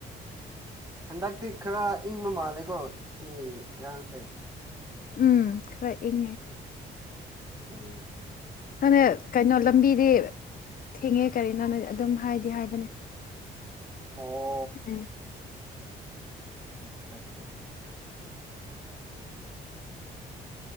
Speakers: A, on the right; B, on the left.
A: ꯍꯟꯗꯛꯇꯤ ꯈꯔ ꯏꯪꯕ ꯃꯥꯜꯂꯦꯀꯣ ꯁꯤ ꯏꯔꯥꯡꯅꯁꯦ
B: ꯎꯝ ꯈꯔ ꯏꯪꯉꯦ
A: <inaudible>
B: ꯅꯪꯅ ꯀꯩꯅꯣ ꯂꯝꯕꯤꯗꯤ ꯊꯦꯡꯉꯦ ꯀꯔꯤꯅꯣꯅ ꯑꯗꯨꯝ ꯍꯥꯏꯗꯤ ꯍꯥꯏꯕꯅꯦ
A: ꯑꯣ
B: ꯎꯝ
A: ꯎꯝ ꯆꯠ ꯆꯦ